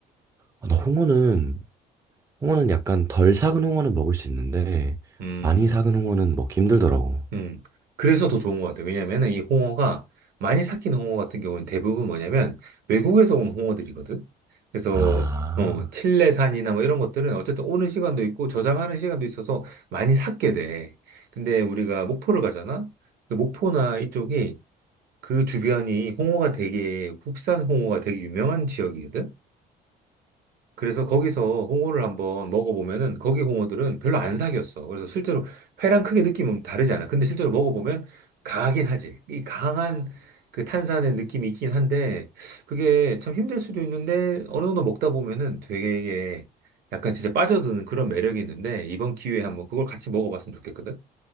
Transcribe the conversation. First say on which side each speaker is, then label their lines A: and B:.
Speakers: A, on the right; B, on the right.
A: 아, 나 홍어는, 홍어는 약간 덜 삭은 홍어는 먹을 수 있는데,
B: 음.
A: 많이 삭은 홍어는 먹기 힘들더라고.
B: 음. 그래서 더 좋은 것 같아요. 왜냐면은 이 홍어가 많이 삭힌 홍어 같은 경우는 대부분 뭐냐면 외국에서 온 홍어들이거든. 그래서
A: 아,
B: 어, 칠레산이나 뭐 이런 것들은 어쨌든 오는 시간도 있고 저장하는 시간도 있어서 많이 삭게 돼. 근데 우리가 목포를 가잖아. 그 목포나 이쪽이 그 주변이 홍어가 되게 국산 홍어가 되게 유명한 지역이거든. 그래서 거기서 홍어를 한번 먹어보면은 거기 홍어들은 별로 안 사겼어. 그래서 실제로 회랑 크게 느낌은 다르지 않아. 근데 실제로 먹어보면 강하긴 하지. 이 강한 그 탄산의 느낌이 있긴 한데 그게 참 힘들 수도 있는데 어느 정도 먹다 보면은 되게 약간 진짜 빠져드는 그런 매력이 있는데 이번 기회에 한번 그걸 같이 먹어봤으면 좋겠거든.